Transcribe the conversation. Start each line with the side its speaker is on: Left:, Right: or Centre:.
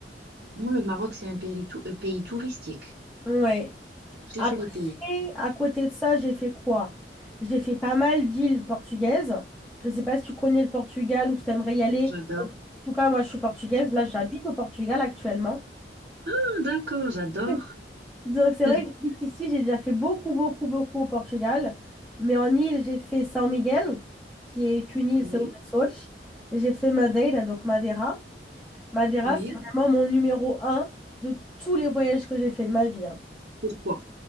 Right: Non, le Maroc, c'est un pays, tou- euh, pays touristique.
Centre: Ouais.
Right: Très
Centre: Après,
Right: joli pays.
Centre: à côté de ça, j'ai fait quoi? J'ai fait pas mal d'îles portugaises. Je sais pas si tu connais le Portugal ou si t'aimerais y aller.
Right: J'adore.
Centre: En tout cas, moi, je suis portugaise. Là, j'habite au Portugal actuellement.
Right: Ah, d'accord, j'adore.
Centre: <laughs> Donc, c'est
Right: <laughs>
Centre: vrai que j'habite ici. J'ai déjà fait beaucoup, beaucoup, beaucoup au Portugal. Mais en île, j'ai fait São Miguel, qui est une île,
Right: Oui,
Centre: c'est aux Açores. J'ai fait Madeira, donc Madeira. Madeira,
Right: oui.
Centre: c'est vraiment mon numéro un de tous les voyages que j'ai fait de ma vie. hein.
Right: Pourquoi?